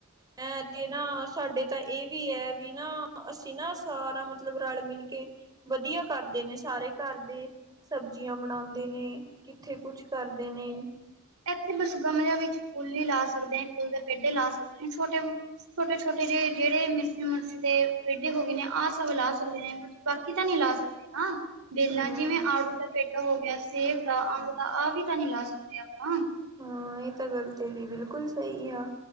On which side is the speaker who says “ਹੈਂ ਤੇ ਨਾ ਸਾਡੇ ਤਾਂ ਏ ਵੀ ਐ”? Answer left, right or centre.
Right